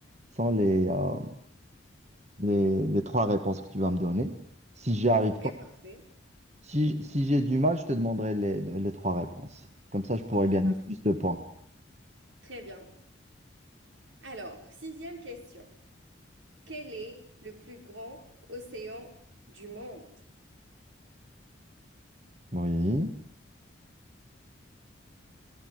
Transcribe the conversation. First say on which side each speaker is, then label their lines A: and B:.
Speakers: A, on the right (about 35°); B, on the right (about 85°).
A: sans les, euh, les, les trois réponses que tu vas me donner. Si j'y arrive,
B: Ok,
A: tant-
B: parfait.
A: si, si j'ai du mal, je te demanderai les, les trois réponses. Comme ça, je pourrais
B: Ok,
A: gagner
B: parfait.
A: plus de points.
B: Très bien. Alors, sixième question. Quel est le plus grand océan du monde?
A: Oui.